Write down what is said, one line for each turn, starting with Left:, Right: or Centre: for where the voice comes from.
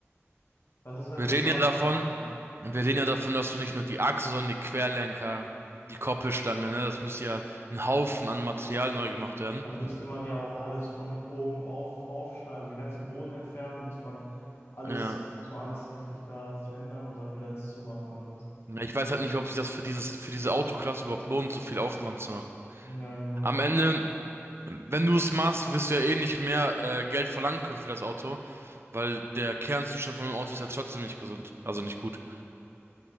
Left: Das ist halt
Right: Wir
Left: das
Right: reden
Left: Harte.
Right: ja davon,
Left: Ja.
Right: wir reden ja davon, dass du nicht nur die Achse, sondern die Querlenker, die Koppelstange, ne, das müsste ja ein Haufen an Material neu gemacht werden.
Left: Dann müsste man ja auch alles von oben auf aufschneiden, also den ganzen Boden entfernen, muss man alles,
Right: Ja.
Left: muss man alles richtig da verändern und dann wieder zumachen alles.
Right: Ja, Ich weiß halt nicht, ob sich das für dieses, für diese Autoklasse überhaupt lohnt, so viel Aufwand zu machen.
Left: Ja, genau.
Right: Am Ende, wenn du es machst, wirst du ja eh nicht mehr äh, Geld verlangen können für das Auto, weil der Kernzustand von einem Auto ist ja trotzdem nicht gesund, also nicht gut.